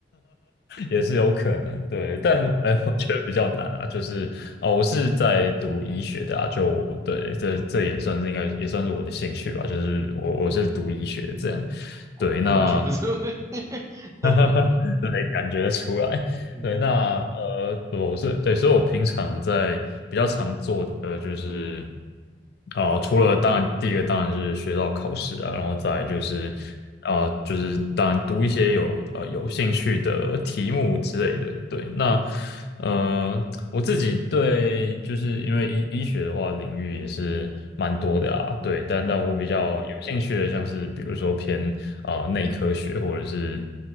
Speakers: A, on the left; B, on the right.
A: 也是有可能，对，
B: <laughs>
A: 但哎，
B: 哦
A: 我觉得比较难啊，就是哦，我是在读医学的啊，就我对，这这也算是应该也算是我的兴趣吧，就是我我是读医学这样，
B: 哦，
A: 对，那
B: 那完全不是问题 <laughs>
A: <laughs> 对，感觉得出来。
B: 嗯
A: 对，那呃，我是对，所以我平常在比较常做的就是，啊、除了当然第一个当然是学校考试啊，然后再来就是啊、
B: 嗯
A: 就是当然读一些有呃有兴趣的题目之类的。对，那呃，我自己对就是因为医医学的话领域也是蛮多的啊，对，但但我比较有兴趣的像是比如说偏啊内科学或者是。
B: 嗯，